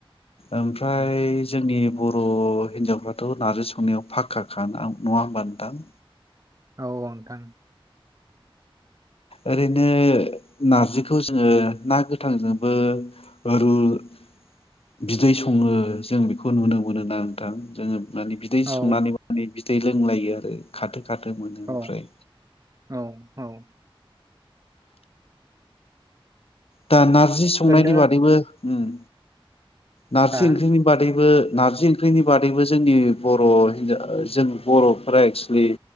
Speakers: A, on the left; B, on the right.
A: ओमफ्राय
B: उम
A: जोंनि बर' हिनजावफ्रा थ' नारजि संनायाव फाखाखा <unintelligible> नङा होमबा नोंथां
B: औ औ नोंथां।
A: ओरैनो नारजिखौ जोङो ना गोथांजोंबो रु <inaudible> बिदै सङो जों बेखौ नुनो मोनो ना नोंथां जोङो माने बिदै
B: औ
A: संनानै माने बिदै लोंलायो आरो खाथो खाथो मोनो ओमफ्राय
B: औ औ औ
A: दा ना नारजि संनायनि
B: ओरैनो
A: बादैबो ओम नारजि
B: हा
A: ओंख्रिनि बादैबो नारजि ओंख्रिनि बादैबो जोंनि बर' हिनजाव जों बर'फोरा एक्सुुलि